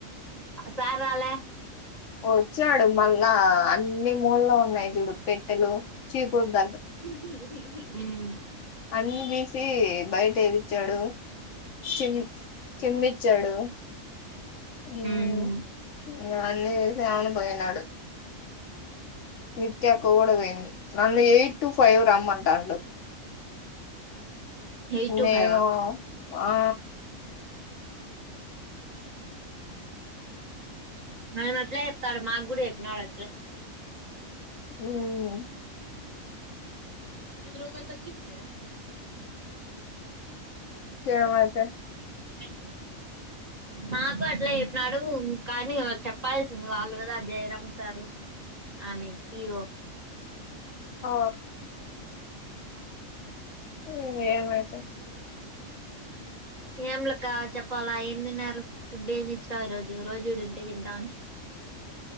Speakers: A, on the right; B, on the left.
A: సార్రాలె
B: వచ్చాడు మళ్ళా అన్ని మూలో ఉన్నాయి చూడు పెట్టెలు చీపుర్ద
A: మ్
B: అన్ని తీసి బయట ఘపిచ్చాడు షిమ్ కిమ్మిచ్చాడు మ్
A: మ్మ్
B: ఇగ అన్నీసిమని పోయినాడు నిత్యక్క గూడ పోయింది నన్ను ఎయిట్ టు ఫైవ్ రమ్మంటాండు
A: ఎయిట్ టు
B: నేనూ
A: ఫైవ్ ఆ
B: ఆ
A: ఆయన అట్లే చెప్తాడు మాకు గుడా చెప్పినాడు అట్లే
B: మ్
A: ఇ రూపాయ తగ్గంది మేడం
B: కేవద్ద
A: అ మాకు అట్లా చెప్పినారు కానీ చెప్పాల్సింది వాళ్ళు కదా జయరాం సారు ఆమె సి ఈ ఓ
B: ఓ ఊ ఏమైతే
A: అప్పుడే <unintelligible> ఏం లేక్క చెప్పాలా ఏం తిన్నారు. ఫుడ్ ఏమి ఇచ్చారా రోజు రోజు ఇడు ఉంటే తింటాన్